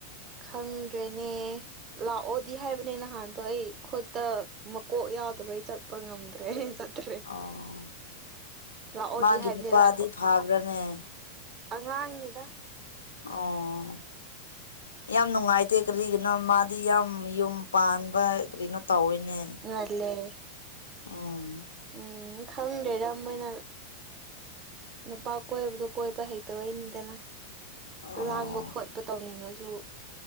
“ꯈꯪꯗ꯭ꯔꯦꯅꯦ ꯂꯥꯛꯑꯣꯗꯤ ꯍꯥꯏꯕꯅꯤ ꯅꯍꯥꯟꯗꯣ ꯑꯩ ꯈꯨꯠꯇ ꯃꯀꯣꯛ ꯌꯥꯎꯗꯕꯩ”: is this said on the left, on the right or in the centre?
Right